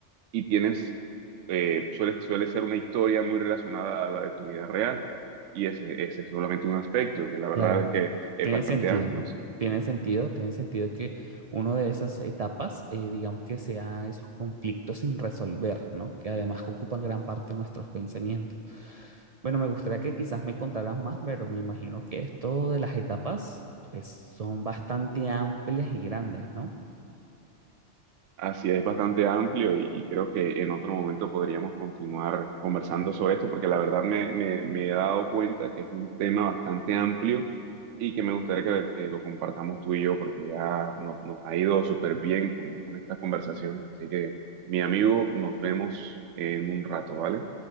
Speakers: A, on the right (about 75°); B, on the right (about 50°).
A: y tienes, eh, suele, suele ser una historia muy relacionada a la de tu vida real. Y ese, ese es solamente un aspecto, que la verdad
B: Claro,
A: es que es
B: tiene
A: bastante
B: sentido,
A: amplio,
B: ¿no?
A: sí.
B: Tiene sentido, tiene sentido que una de esas etapas, eh, digamos que sea esos conflictos sin resolver, ¿no? Que además ocupan gran parte de nuestros pensamientos. Bueno, me gustaría que quizás me contaras más, pero me imagino que esto de las etapas, pues son bastante amplias y grandes, ¿no?
A: Así es bastante amplio y, y creo que en otro momento podríamos continuar conversando sobre esto, porque la verdad me, me- me he dado cuenta que es un tema bastante amplio y que me gustaría que, que lo compartamos tú y yo, porque ya no- nos ha ido súper bien con, con estas conversaciones. Así que, mi amigo, nos vemos en un rato, ¿vale?